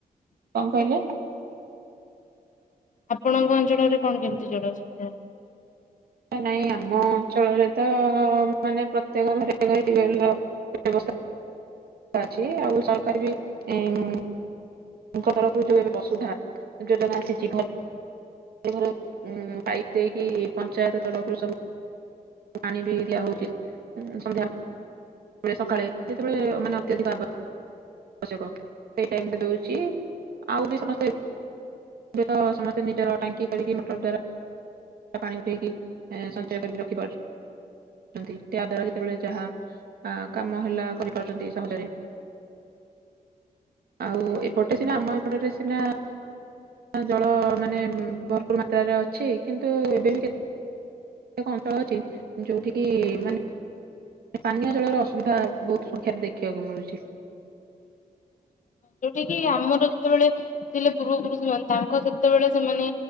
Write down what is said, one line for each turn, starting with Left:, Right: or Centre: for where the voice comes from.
Right: କହିଲେ?
Left: ଆପଣଙ୍କ ଅଞ୍ଚଳରେ କଣ କେମିତି ଜଳର ସୁବିଧା?
Right: ନାଇଁ ଆମ ଅଞ୍ଚଳରେ ତ ମାନେ ପ୍ରତ୍ୟେକ ଘରେ ଘରେ ଟିୟୁୱେଲର ବ୍ୟବସ୍ଥା ଅଛି। ଆଉ ସରକାର ବି ଏଁ ତାଙ୍କ ତରଫରୁ ଯୋଉ ଏବେ ବସୁଧା ଯୋଜନା ଆସିଛି, ଭ ତାଙ୍କଠାରୁ ଉଁ ପାଇପ ଦେଇକି ପଞ୍ଚାୟତ ତରଫରୁ ସବୁ ପାଣି ବି ଦିଆ ହଉଛି। ସନ୍ଧ୍ୟା ସକାଳେ ଯେତେବେଳେ ମାନେ ଅତ୍ୟଧିକ ଆବଶ୍ୟକ ସେଇ ଟାଇମ୍ ରେ ଦଉଚି। ଛି ଆଉ ବି ସମସ୍ତେ ଏବେ ତ ସମସ୍ତେ ନିଜର ଟାଙ୍କି କରିକି ମଟର ଦ୍ଵାରା ତ ପାଣି ଉଠେଇକି ଏଁ ସଞ୍ଚୟ କରିକି ରଖିପାରୁଛି। ନ୍ତି ତାଦ୍ଵାରା ଯେତେବେଳେ ଯାହା ଆଁ କାମ ହେଲା କରିପାରୁଛନ୍ତି ସହଜରେ। ଆଉ ଏପଟରେ ସିନା ଆମ ଏପଟରେ ସିନା ଜଳ ମାନେ ଉଁ ଭରପୁର ମାତ୍ରାରେ ଅଛି, କିନ୍ତୁ ଏବେବି କେତେ କେତେକ ଅଞ୍ଚଳ ଅଛି, ଯୋଉଠିକିି ମାନେ ପାନୀୟ ଜଳର ଅସୁବିଧା ବହୁତ ସଂଖ୍ୟାରେ ଦେଖିବାକୁ ମିଳୁଛି।
Left: ଯୋଉଠିକି ଆମର ଯେତେବେଳେ ଥିଲେ ପୂର୍ବ ପୁରୁଷ ମାନେ ତାଙ୍କ ସେତେବେଳେ ସେମାନେ